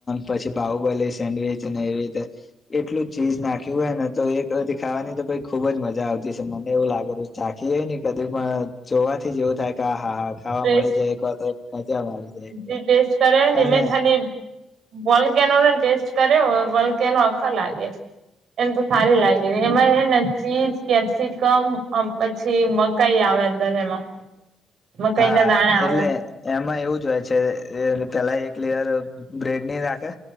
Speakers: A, on the left (about 30°); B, on the right (about 65°).
A: પછી બાહુબલી સેન્ડવીચ‌ ને એવી રીતે એટલું ચીઝ નાખ્યું હોય ને, તો એક ખાવાની તો કંઈ ખુબ જ મજા! આવતી હશે, મને એવું લાગે. ચાખીય કદી, પણ જોવાથી જ એવું થાય કે, અહીંયા! હા, ખાવા
B: ટેસ્ટ
A: મળી જાય એક વાર તો. મજામાં આવી જાય એકદમ
B: ટેસ્ટ કરીએ ને
A: અને
B: તો ખાલી વોલ્કેનો નો ટેસ્ટ કર્યો. વોલ્કેનો આખા લાગે. એમ તો સારી લાગે ને, એમાંય હેને ચીઝ, કેપ્સિકમ અમ પછી મકાઈ આવે. અંદર એમાં મકાઈ
A: હા,
B: ના દાણા આવે
A: એટલે એમાં એવું જ હોય. છે, પહેલા એક લેયર બ્રેડ ની રાખે.